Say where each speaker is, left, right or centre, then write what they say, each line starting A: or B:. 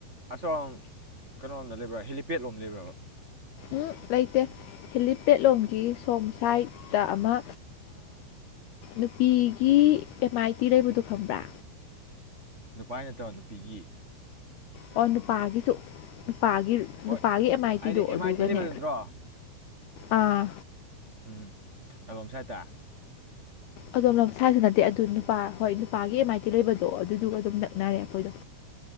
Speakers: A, on the right (about 25°); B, on the left (about 75°).
A: ꯑꯁꯣꯝ ꯀꯩꯅꯣꯣꯝꯗ ꯂꯩꯕ꯭ꯔꯥ ꯍꯦꯂꯤꯄꯦꯠꯂꯣꯝ ꯂꯩꯕ꯭ꯔꯕ
B: ꯎ ꯂꯩꯇꯦ ꯍꯦꯂꯤ ꯄꯦꯠꯂꯣꯝꯒꯤ ꯁꯣꯝ ꯁꯥꯏꯠꯇ ꯑꯃ ꯅꯨꯄꯤꯒꯤ ꯑꯦꯝ ꯑꯥꯏ ꯇꯤ ꯂꯩꯕꯗꯨ ꯈꯪꯕ꯭ꯔꯥ꯫
A: ꯅꯨꯄꯥꯏ ꯅꯠꯇꯕ ꯅꯨꯄꯤꯒꯤ꯫
B: ꯑꯣ ꯅꯨꯄꯥꯒꯤꯁꯨ ꯅꯨꯄꯥꯒꯤ
A: ꯍꯣꯏ
B: ꯅꯨꯄꯥꯒꯤ ꯑꯦꯝ ꯑꯥꯏ
A: ꯍꯥꯏꯗꯤ
B: ꯇꯤꯗꯣ
A: ꯑꯦꯝ
B: ꯑꯗꯨꯒꯅꯦ꯫
A: ꯑꯥꯏ ꯇꯤ ꯂꯩꯕ ꯅꯠꯇ꯭ꯔꯣ
B: ꯑꯥ
A: ꯎꯝ ꯑꯗꯣꯝ ꯁꯥꯏꯠꯇꯥ꯫
B: ꯑꯗꯣꯝꯅ ꯁꯥꯁꯨ ꯅꯠ ꯇꯦ ꯑꯗꯨ ꯅꯨꯄꯥ ꯍꯣꯏ ꯅꯨꯄꯥꯒꯤ ꯑꯦꯝ ꯑꯥꯏ ꯇꯤ ꯂꯩꯕꯗꯣ ꯑꯗꯨꯗꯨꯒ ꯑꯗꯨꯝ ꯅꯛꯅꯔꯦ ꯑꯈꯣꯏꯗꯣ꯫